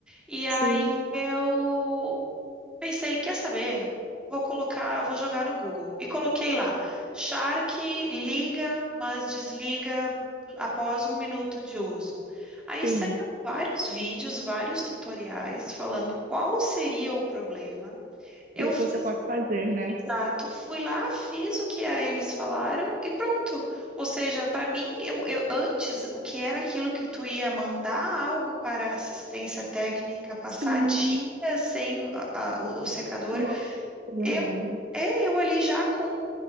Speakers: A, in the centre; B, on the right.
A: E aí
B: sim,
A: eu Pensei, quer saber? Vou colocar, vou jogar no Google. E coloquei lá, Shark liga, mas desliga após um minuto de uso. Aí
B: sim.
A: saíram vários vídeos, vários tutoriais falando qual seria o problema. Eu
B: E o
A: fiz,
B: que você pode fazer, né?
A: exato, fui lá, fiz o que a eles falaram e pronto. Ou seja, para mim, eu, eu antes, o que era aquilo que tu ia mandar algo para assistência técnica, passar
B: Sim,
A: dias sem a- a- o o secador
B: igual, é
A: eu,
B: verdade.
A: é, eu ali já com